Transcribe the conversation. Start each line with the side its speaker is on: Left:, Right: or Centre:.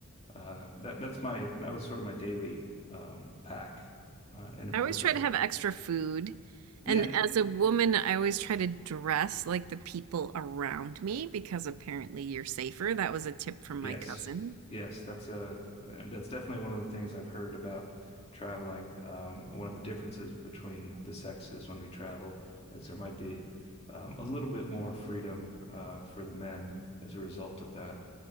Left: Uh, that that's my that was sort of my daily um, pack, uh, and of
Right: I
Left: course
Right: always try
Left: I
Right: to have extra food.
Left: yeah
Right: And as a woman, I always try to dress like the people around me because apparently you're safer. That was a tip from
Left: yes
Right: my cousin.
Left: yes that's a that's definitely one of the things I've heard about traveling. Um, one of the differences between the sexes when we travel is there might be um, a little bit more freedom uh, for the men as a result of that